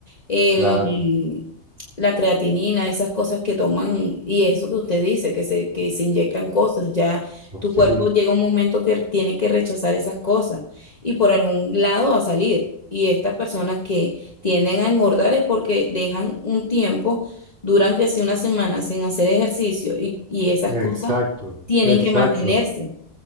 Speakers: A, on the left; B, on the right.
A: El,
B: claro.
A: la creatinina, esas cosas que toman, y eso que usted dice, que se, que se inyectan cosas, ya.
B: Oh,
A: Tu
B: sí,
A: cuerpo llega un momento que tiene que rechazar esas cosas y por algún lado va a salir. Y estas personas que tienden a engordar es porque dejan un tiempo, duran que si una semana sin hacer ejercicio y, y esas
B: exacto,
A: cosas tienen
B: exacto.
A: que mantenerse.